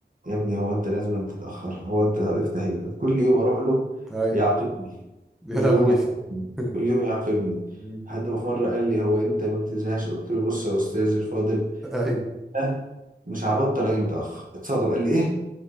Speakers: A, on the right; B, in the centre.
A: يا ابني هو انت لازم أن تتأخر هو انت افتح ايه كل يوم اروح له
B: ايوه
A: يعاقبني
B: يا
A: كل
B: لهوي
A: يوم يعاقبني
B: <laughs>
A: كل يوم يعاقبني
B: مم.
A: لحد ما في مرة قال لي هو انت ما بتزهقش قلت له بص يا استاذ الفاضل
B: ايوه
A: لا، مش هبطل اجي متاخر اتصدم قال لي ايه